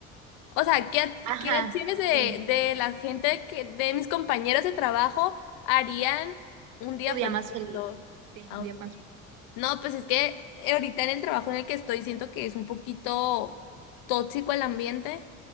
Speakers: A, on the left; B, on the right.
A: O sea, ¿qué, ac-
B: Ajá,
A: qué acciones de,
B: sí,
A: de la gente que, de mis compañeros de trabajo harían un día
B: tu día
A: perfecto?
B: más feliz. Sí,
A: Ah,
B: un día más. feliz.
A: No, pues es que ahorita en el trabajo en el que estoy siento que es un poquito tóxico el ambiente,